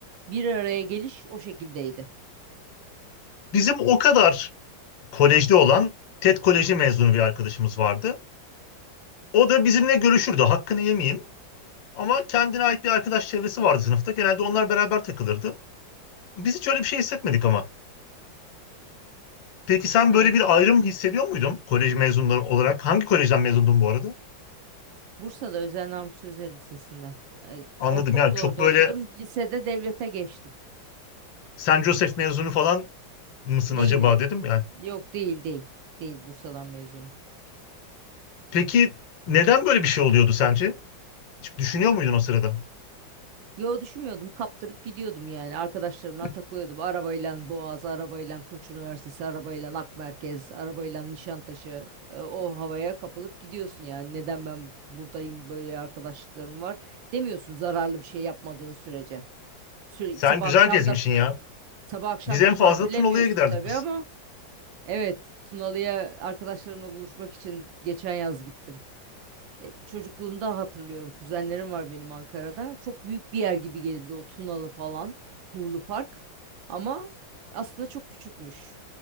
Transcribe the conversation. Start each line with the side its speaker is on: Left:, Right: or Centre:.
Right: bir araya geliş o şekildeydi.
Left: Bizim o kadar kolejde olan TED Koleji mezunu bir arkadaşımız vardı. O da bizimle görüşürdü. Hakkını yemeyeyim. Ama kendine ait bir arkadaş çevresi vardı sınıfta. Genelde onlar beraber takılırdı. Biz hiç öyle bir şey hissetmedik ama. Peki sen
Right: Evet.
Left: böyle bir ayrım hissediyor muydun kolej mezunları olarak? Hangi kolejden mezundun bu arada?
Right: Bursa'da Özel Namık Sözer Lisesi'nde. Yani
Left: Anladım
Right: ortaokul
Left: yani çok
Right: orada
Left: böyle
Right: okudum. Lisede devlete geçtim.
Left: Saint Joseph mezunu falan mısın
Right: Değilim.
Left: acaba dedim yani.
Right: Yok değil değil. Değil Bursa'dan mezunum.
Left: Peki neden böyle bir şey oluyordu sence? Hiç düşünüyor muydun o sırada?
Right: Yo düşünmüyordum. Kaptırıp gidiyordum yani. Arkadaşlarımla
Left: <laughs>
Right: takılıyordum. Arabayla Boğaz, arabayla Koç Üniversitesi, arabayla Ak Merkez, arabayla Nişantaşı. E, O havaya kapılıp gidiyorsun yani. Neden ben buradayım böyle arkadaşlıklarım var demiyorsun zararlı bir şey yapmadığın sürece. Süre,
Left: Sen
Right: sabah
Left: güzel
Right: akşam
Left: gezmişsin
Right: da
Left: ya.
Right: sabah akşam
Left: Biz en
Right: da partilemiyorsun
Left: fazla Tunalı'ya giderdik
Right: tabii
Left: biz.
Right: ama Evet, Tunalı'ya arkadaşlarımla buluşmak için geçen yaz gittim. E, çocukluğumda hatırlıyorum. Kuzenlerim var benim Ankara'da. Çok büyük bir yer gibi gelirdi o Tunalı falan, Kuğulu Park. Ama aslında çok küçükmüş.